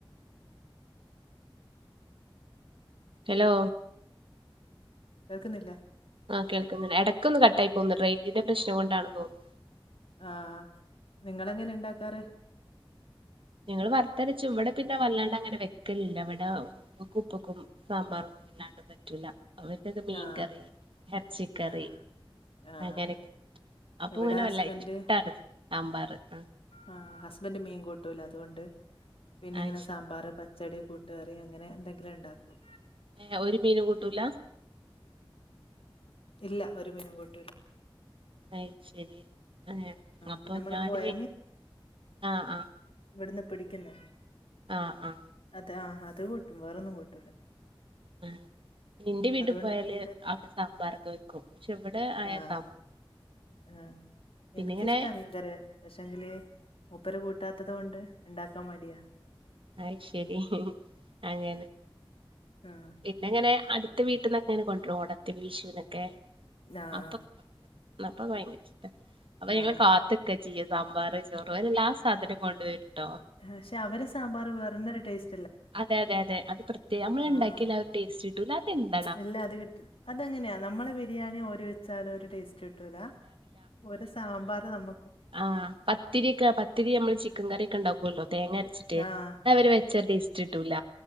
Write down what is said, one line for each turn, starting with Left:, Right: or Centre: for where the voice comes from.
Right: ഹലോ
Left: കേക്ക്ന്നില്ല
Right: ആഹ് കേൾക്ക്ന്നണ്ട് എടക്കൊന്ന് കട്ടായി പോന്ന് റേഞ്ചിന്റെ പ്രശ്നം കൊണ്ടാണ് തോന്നുന്നു
Left: ആഹ് നിങ്ങളെങ്ങനെ ഇണ്ടാക്കാറ്
Right: ഞങ്ങള് വർത്തരച്ചും ഇവടെ പിന്നെ വല്ലാണ്ടങ്ങനെ വെക്കലില്ല ഇവടെ ഉമ്മാക്കും ഉപ്പക്കും സാമ്പാറ് ഇല്ലാണ്ട് പറ്റൂല അവര്ക്കൊക്കെ മീൻകറി
Left: ആ
Right: എർച്ചിക്കറി
Left: ആ ആ
Right: അങ്ങനൊക്കെ അപ്പൊ
Left: ഇവിടെ
Right: അങ്ങനെ
Left: ഹസ്ബൻഡ്
Right: വല്ലാ ഇഷ്ടാണ് സാമ്പാറ് ആഹ്
Left: ആഹ് ഹസ്ബൻ്റ് മീൻ കൂട്ടൂല അതുകൊണ്ട് പിന്നെ
Right: അത്
Left: ഇങ്ങനെ
Right: ശരി
Left: സാമ്പാറ് പ ച്ചടി കൂട്ടുകറി അങ്ങനെ എന്തെങ്കിലും ഇണ്ടാക്കും
Right: ഏഹ് ഒരു മീനും കൂട്ടൂല
Left: ഇല്ല ഒരുമീനും കൂട്ടൂല
Right: അത് ശെരി ആഹ് അപ്പൊ
Left: പിന്നെ നമ്മള്
Right: ഞാന്
Left: പൊയ
Right: ആഹ് ആഹ്
Left: ഇവിടിന്ന് പിടിക്കുന്ന
Right: ആഹ് ആഹ്
Left: അത് ആഹ് അത് കൂട്ടും വേറൊന്നും കൂട്ടൂല്ല
Right: ഉം ഇന്റെ വീട്ടി
Left: അതുകൊണ്ട്
Right: പോയാല്
Left: മീൻകറി
Right: അവടെ സാമ്പാറൊക്കെ വെക്കും പക്ഷെ ഇവടെ ആയാ
Left: ആഹ്
Right: സാ
Left: ആഹ് ഇനക്ക്
Right: ഇങ്ങനെ
Left: ഇഷ്ടാ മീൻകറി പക്ഷെ എങ്കില് മുപ്പര് കൂട്ടാത്തത് കൊണ്ട് ഇണ്ടാക്കാൻ മടിയാ
Right: അയ് ശെരി അങ്ങനെ
Left: ആഹ്
Right: പിന്നെ അങ്ങനെ അട്ത്ത് വീട്ട്ന്നൊക്കെ ഇങ്ങനെ കൊണ്ട് വെരും ഓണത്തിന് വിഷുന്നൊക്കെ
Left: ആഹ്
Right: അപ്പം ഇന്നപ്പം ബയങ്കര ഇഷ്ട അപ്പം ഞങ്ങള്
Left: ആഹ്
Right: കാത്തിക്ക ചെയ്യാ സാമ്പാറ് ചോറ് ലാസ് സധനം കൊണ്ട് വെരും ഇട്ടേ
Left: ആ ക്ഷേ അവര് സാമ്പാറ് വേറെന്നൊര് ടേസ്
Right: അതെ അതെ അതെ അത് പ്രത്യേക നമ്മള് ഒണ്ടാക്കിയാല്
Left: ആഹ്
Right: ആ ഓര് ടേസ്റ്റ് കിട്ടൂല്ലാ അതെന്താ
Left: ഇല്ല അത് കിട്ട അതെങ്ങനെയാ നമ്മളെ ബിരിയാണി ഓര് വെച്ചാലു ഒരു ടേസ് റ്റ് കിട്ടുല ഒരു സാമ്പാർ നമ.
Right: ആഹ പത്തിരി ഒക്കെ പത്തിരി നമ്മള് ചിക്കൻ കറിയൊക്കെ ഉണ്ടാക്കല്ലോ തേങ്ങ അരച്ചിട്ട്
Left: ആഹ്.
Right: അവര് വ ച്ചാൽ ടേസ്റ്റിട്ടൂല്ല